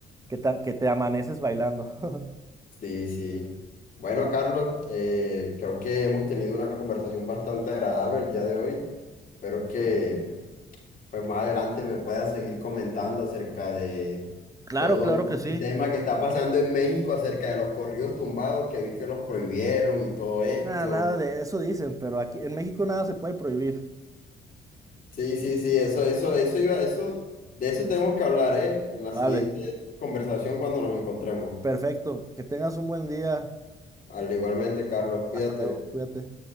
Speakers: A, on the right; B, on the left.
A: que te, que te amaneces bailando. <laughs>
B: Sí, sí. Bueno,
A: Ah,
B: Carlos, eh, creo que hemos tenido una conversación bastante agradable el día de hoy. Espero que pues más adelante me puedas seguir comentando acerca de
A: Claro,
B: todo
A: claro que sí.
B: este tema que está pasando en México, acerca de los corridos tumbados que vi que los prohibieron y todo esto.
A: Nada, nada de eso dicen, pero aquí en México nada se puede prohibir.
B: Sí, sí, sí, eso, eso, eso iba, eso, de eso tenemos que hablar, ¿eh? En la
A: Vale,
B: siguiente conversación cuando nos encontremos.
A: perfecto. Que tengas un buen día.
B: Al igualmente, Carlos, cuídate.
A: Hasta luego, cuídate.